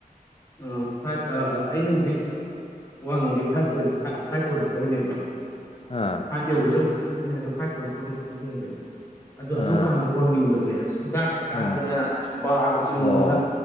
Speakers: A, on the left; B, on the left.
A: ꯑ ꯐꯥꯏꯚ ꯑꯩꯅ ꯍꯧꯖꯤꯛ ꯋꯥꯡꯉꯤꯁꯤꯦ ꯐꯥꯏꯚ ꯄꯣꯏꯟꯥꯏꯚ ꯐꯥꯏꯚ ꯄꯨꯟ ꯇꯣꯛꯅꯦꯕ
B: ꯑꯥ
A: ꯚ ꯌꯧꯒꯗꯕ ꯈꯤꯇꯪ ꯑꯗꯣ ꯐꯥꯏꯚ ꯄꯣꯏꯟ ꯐꯣꯔꯗ ꯈꯤꯇꯪ ꯍꯦꯟꯕꯣꯏꯅꯤ ꯑꯗꯣ ꯑꯗꯨ
B: ꯑꯥ
A: ꯀꯥꯟꯗ ꯋꯥꯡꯅꯤꯡꯕꯁꯦ ꯍꯤꯗꯥꯛ ꯀꯆꯥꯥꯗꯅ
B: ꯑꯥ
A: ꯑꯁ ꯕꯥꯔꯒ ꯆꯤꯡꯉꯣꯅ
B: ꯑꯣ